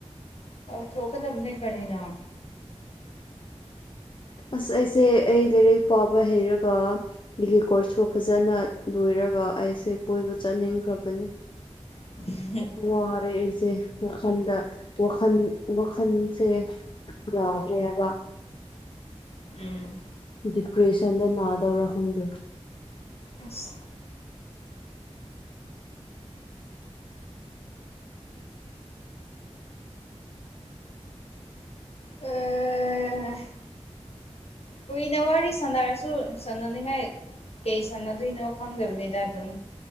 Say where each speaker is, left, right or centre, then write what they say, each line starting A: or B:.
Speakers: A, on the left; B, on the left.
A: ꯇꯧꯊꯣꯛꯀꯗꯝꯅꯦ ꯀꯔꯤꯅꯥ
B: ꯑꯁ ꯑꯩꯁꯦ ꯑꯩ ꯂꯥꯏꯔꯤꯛ ꯄꯥꯕ ꯍꯩꯔꯒ ꯑꯩꯒꯤ ꯀꯣꯔꯁꯄꯨ ꯐꯖꯅ ꯂꯣꯏꯔꯒ ꯑꯩꯁꯦ ꯀꯣꯏꯕ ꯆꯠꯅꯤꯡꯈ꯭ꯔꯕꯅꯤ
A: <unintelligible>
B: ꯋꯥꯔꯦ ꯑꯩꯁꯦ ꯋꯥꯈꯜꯗ ꯋꯥꯈꯜ ꯋꯥꯈꯜꯁꯦ ꯌꯥꯗ꯭ꯔꯦꯕ
A: ꯎꯝ
B: ꯗꯤꯄ꯭ꯔꯦꯁꯟꯗ ꯅꯥꯗꯧꯔ ꯈꯪꯗꯦ
A: ꯑꯁ ꯑꯥ ꯀꯨꯏꯅ ꯋꯥꯔꯤ ꯁꯥꯟꯅꯔꯁꯨ ꯁꯥꯟꯅꯅꯤꯡꯉꯥꯏ ꯀꯩ ꯁꯥꯟꯅꯗꯣꯏꯅꯣ ꯈꯪꯗꯕꯅꯤꯗ ꯑꯗꯨꯝ